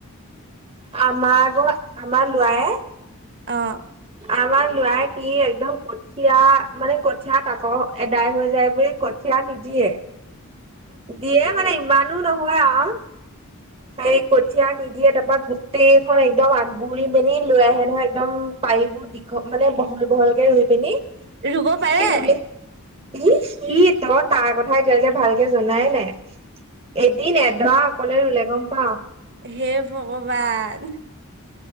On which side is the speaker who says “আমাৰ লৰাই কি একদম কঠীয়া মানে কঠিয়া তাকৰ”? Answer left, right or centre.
Right